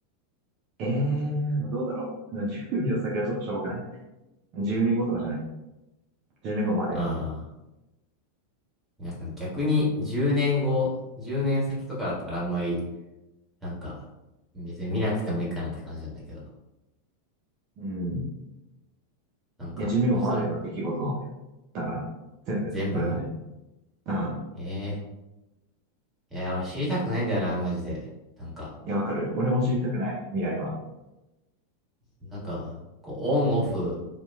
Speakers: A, on the right (about 40°); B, in the centre.
A: えー、まあ、どうだろう。10秒先はちょっとしょぼくない ?10 年後とかじゃない ?10 年後までみたいな。
B: ああ、なんか逆に10年後、10年先とかだったらあんまり、なんか、別に見なくてもいいかなって感じなんだけど。
A: うん。
B: なんか、
A: いや、10年後までの出来事をね。
B: 人の、
A: だから、全部、
B: 全部
A: それまで。うん。
B: ええー、いや、俺知りたくないんだよな、マジで。なんか、
A: いや、わかる。俺も知りたくない、未来は。
B: なんか、こう、オンオフ